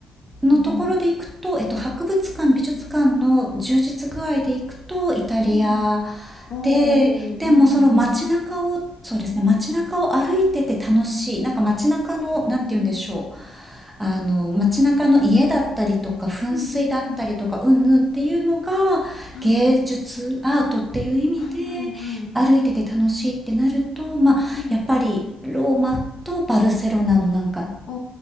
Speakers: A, on the right; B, on the left.
A: のところでいくと、
B: うんうん。
A: えっと、博物館、美術館の充実具合でいくと、イタリア
B: うんうん。おー。
A: で、でもその街中を、
B: うんうんうん。
A: そうですね、街中を歩いてて楽しい。なんか街中の、
B: うんうん。
A: なんて言うんでしょう。あの、街中の家だったりとか、噴水だったりとか、
B: うんうんうん。
A: うんうんっていうのが、
B: はい。
A: 芸術、アートっていう意味で、
B: はいはいはい。
A: 歩いてて楽しいってなると、まあ、
B: うん。
A: やっぱりローマとバルセロナのなんか、
B: お